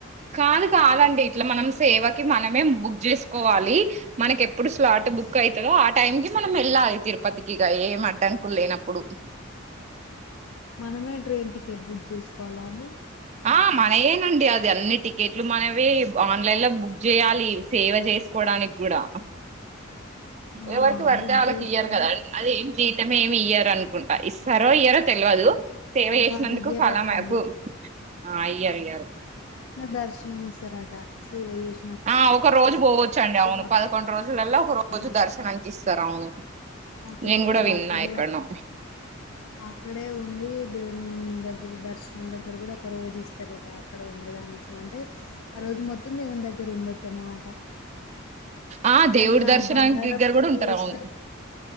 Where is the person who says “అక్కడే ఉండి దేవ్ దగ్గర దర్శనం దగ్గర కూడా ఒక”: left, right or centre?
Left